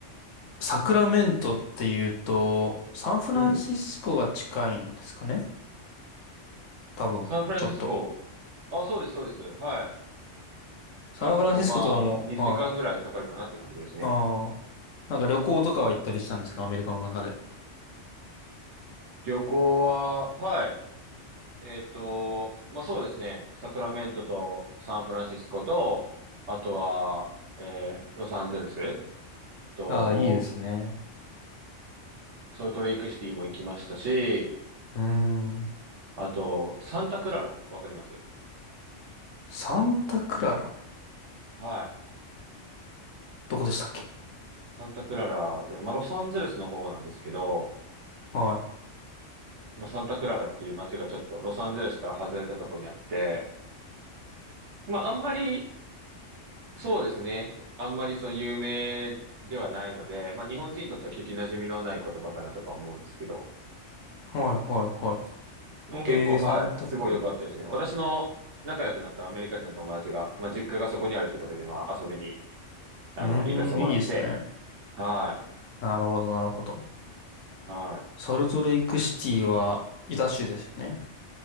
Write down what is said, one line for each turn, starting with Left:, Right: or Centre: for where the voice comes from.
Left: サクラメントっていうと、サンフランシスコが近いんですかね
Right: うん。
Left: 多分、
Right: サンフランシスコ。
Left: ちょっと。
Right: あ、そうです、そうです。はい。
Left: サンフランシスコとかも、
Right: 帰ってきてもまあ、2時間ぐらいかかるかなって感じですね。
Left: はい。ああ。なんか旅行とかは行ったりしたんですかアメリカの中で。
Right: 旅行は、はい。えっと、まあ、そうですね。サクラメントとサンフランシスコと、あとは、えーロサンゼルスと、
Left: ああ、いいですね。
Right: ソルトレイクシティも行きましたし、
Left: うーん。
Right: あと、サンタクララ、わかります
Left: サンタクララ
Right: はい。
Left: どこでしたっけ
Right: サンタクララで、まあ、ロサンゼルスの方なんですけど、
Left: は
Right: まあ、サンタクララっていう街がちょっとロサンゼルスから外れたとこにあって、まあ、あんまり、そうですね。あんまりその有名ではないので、まあ、日本人にとっては聞き馴染みのない言葉かなとか思うんですけど、
Left: い。はい、はい、は
Right: もう結構、
Left: い。へえ、
Right: はい、
Left: サンタクラ。
Right: すごい良かったですね。私の仲良くなったアメリカ人の友達が、まあ、実家がそこにあるってことで、まあ、遊びに、あの、
Left: うーん、
Right: 行かせてもらって、
Left: いいですね。
Right: は
Left: なるほど、なるほど。
Right: い、は
Left: ソルトレイクシティは、ユタ州ですよね。